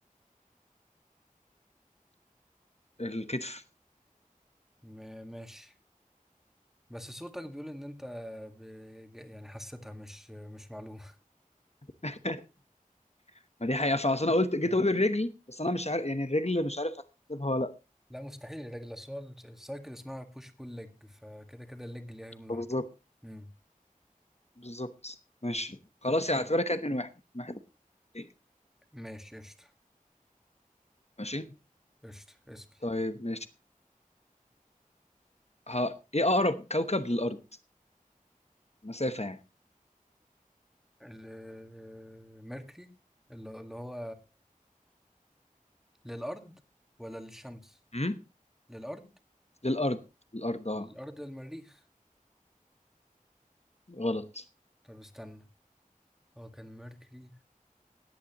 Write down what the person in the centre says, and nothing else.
م- ماشي بس صوتك بيقول ان انت ب... يعني حسيتها مش مش معلومة
<laughs>
لا مستحيل يا راجل اصل هو السايكل اسمها بوش بول ليج فكده كده الليج ليها يوم لوحدها
امم
ماشي قشطة
قشطة اسأل
الميركوري اللي اللي هو للأرض ولا للشمس
للأرض
الأرض المريخ
طب استنى هو كان ميركوري